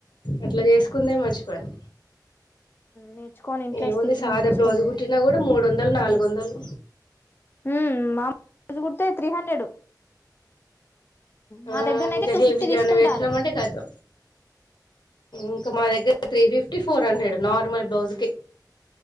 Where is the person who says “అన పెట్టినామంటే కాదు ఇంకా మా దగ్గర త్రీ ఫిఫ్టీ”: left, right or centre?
Left